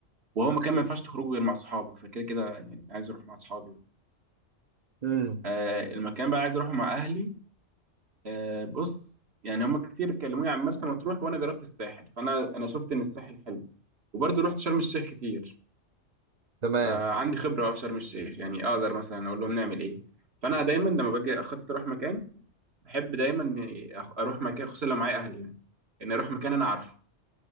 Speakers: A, on the right; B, on the right.
A: وهو مكان
B: طيب.
A: ما ينفعش تخرجه غير مع صحابك فكده كده يعني عايز اروح مع صحابي بقى.
B: امم
A: آه المكان بقى عايز اروحه مع اهلي آه، بص يعني هما كتير كلموني عن مرسى مطروح وانا جربت الساحل فانا انا شفت ان الساحل حلو وبرضه رحت شرم الشيخ كتير
B: تمام
A: فعندي خبره بقى في شرم الشيخ يعني اقدر مثلا اقول لهم نعمل ايه فانا دايما لما باجي اخطط اروح مكان بحب دايما إني أخ- اروح مكان خصوصا لو معايا اهلي يعني ان اروح مكان انا عارفه